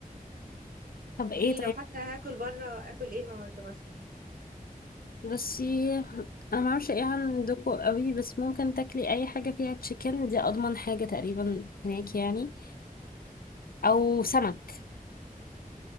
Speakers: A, on the left; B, on the right.
A: طب
B: طب
A: ايه
B: ايه
A: طيب
B: لو حتى هاكل بره اكل ايه النهارده مثلا
A: بصي انا ما اعرفش ايه عندكم قوي بس ممكن تاكلي اي حاجة فيها تشيكن دي اضمن حاجة تقريبا هناك يعني او سمك